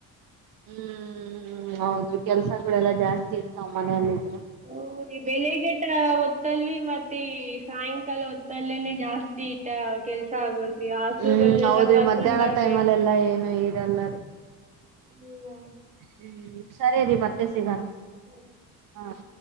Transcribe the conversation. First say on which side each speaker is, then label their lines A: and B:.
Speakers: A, on the right (about 55°); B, on the right (about 20°).
A: ಹ್ಮ್ ಹ್ ಹೌದು ಕೆಲ್ಸಗಳೆಲ್ಲಾ ಜಾಸ್ತಿ ಇರ್ತಾವ ಮನಲ್ಲಿದ್ರೆ
B: ಹ್ಮ್ ರಿ ಬೆಳಿಗ್ಗೆ <unintelligible> ಹೊತ್ತಲ್ಲಿ ಮತ್ತೆ ಸಾಯಂಕಾಲ ಹೊತ್ತಲ್ಲೇನೆ ಜಾಸ್ತಿ ಇ ಕೆಲ್ಸ ಆಗೋದ್ರಿ ಹಸುಗಳನೆಲ್ಲ
A: ಹ್ಮ್ ಹೌದ್ರಿ
B: ಕರ್ಕೊಂಡ್
A: ಮಧ್ಯಾಹ್ನ
B: ಬರ್ಬೇಕು
A: ಟೈಮ್ ಅಲ್ಲೆಲ್ಲಾ ಏನು ಇರಲ್ಲರಿ
B: ಇಲ್ಲ
A: ಹ್ಮ್ ಸರಿ ರೀ ಮತ್ತೆ ಸಿಗಣ
B: ಹ್ಮ್.
A: ಹಾಂ